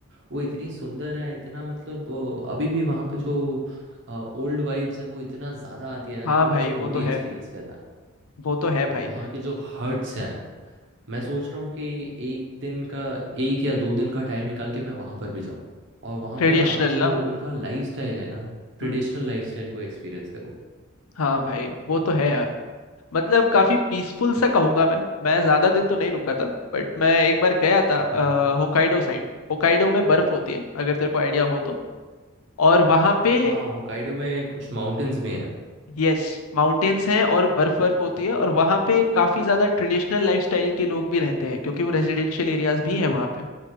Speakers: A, on the right; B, on the left.
A: वो इतनी सुंदर है इतना मतलब अ, अभी भी वहाँ पे जो ओल्ड वाइब्स है वो इतना ज़्यादा आती है ना
B: हाँ
A: कि
B: भाई
A: मुझे वो
B: वो
A: भी
B: तो है
A: एक्सपीरियंस करना है
B: वो तो है भाई
A: वहाँ के जो हट्स हैं मैं सोच रहा हूँ कि एक दिन का एक या दो दिन का टाइम निकाल के मैं वहाँ पर भी जाऊँ और वहाँ
B: ट्रेडिशनल
A: पे ना जो
B: ना
A: उनका लाइफस्टाइल है ना ट्रेडिशनल
B: हम्म
A: लाइफस्टाइल को एक्सपीरियंस करूँ
B: हाँ भाई वो तो है यार मतलब काफी पीसफुल सा कहूंगा मैं मैं ज्यादा दिन तो नहीं रुका था बट मैं एक बार गया था अ,
A: हम्म हम्म
B: होकाइडो साइड होकाइडो में बर्फ होती है अगर तेरे को आइडिया हो तो और वहां पे
A: हाँ होकाइडो में कुछ माउंटेन्स भी हैं
B: यस माउंटेन्स हैं और बर्फ बर्फ होती है और वहां पे काफी ज्यादा ट्रेडिशनल लाइफस्टाइल के लोग भी रहते हैं क्योंकि वो रेजिडेंशियल एरियाज भी हैं वहां पे